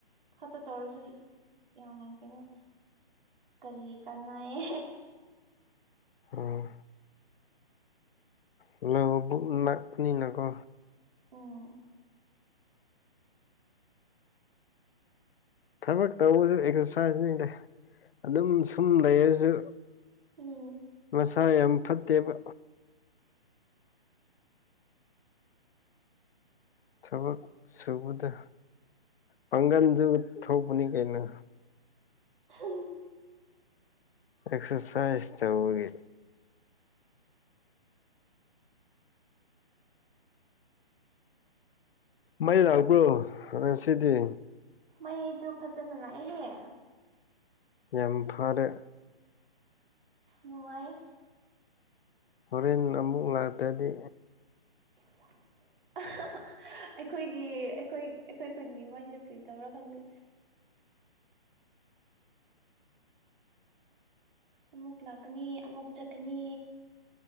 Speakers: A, on the right; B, on the left.
A: ꯈꯛꯇ ꯇꯧꯔꯁꯨ ꯌꯥꯝ ꯀꯩꯅꯣ ꯀꯔꯤ ꯀꯅꯥꯌꯦ
B: ꯑꯥ ꯍꯜꯂꯣ ꯕꯨꯛ ꯅꯛꯄꯅꯤꯅꯥꯀꯣ
A: ꯑꯣ
B: ꯊꯕꯛ ꯇꯧꯕꯁꯨ ꯑꯦꯛꯁꯔꯁꯥꯏꯖꯅꯤꯗ ꯑꯗꯨꯝ ꯁꯨꯝ ꯂꯩꯔꯁꯨ
A: ꯎꯝ
B: ꯃꯁꯥ ꯌꯥꯝ ꯐꯠꯇꯦꯕ ꯊꯕꯛ ꯁꯨꯕꯗ ꯄꯥꯡꯒꯜꯁꯨ ꯊꯣꯛꯄꯅꯤ ꯀꯩꯅꯣ
A: ꯎ <unintelligible>
B: ꯑꯦꯛꯁꯔꯁꯥꯏꯁ ꯇꯧꯋꯦ ꯃꯩ ꯂꯥꯛꯄ꯭ꯔꯣ ꯉꯥꯁꯤꯗꯤ
A: ꯃꯩꯗꯣ ꯐꯖꯅ ꯂꯥꯛꯏꯍꯦ
B: ꯌꯥꯝ ꯐꯔꯦ
A: ꯅꯨꯡꯥꯏ
B: ꯍꯣꯔꯦꯟ ꯑꯃꯨꯛ ꯂꯥꯛꯇ꯭ꯔꯗꯤ
A: <unintelligible> ꯑꯩꯈꯣꯏꯒꯤ ꯑꯩꯈꯣꯏ ꯑꯩꯈꯣꯏ ꯈꯨꯟꯒꯤ ꯃꯩꯁꯦ ꯀꯨꯔꯤ ꯇꯧꯔ ꯈꯪꯗꯦ ꯑꯃꯨꯛ ꯂꯥꯛꯀꯅꯤ ꯑꯃꯨꯛ ꯆꯠꯀꯅꯤ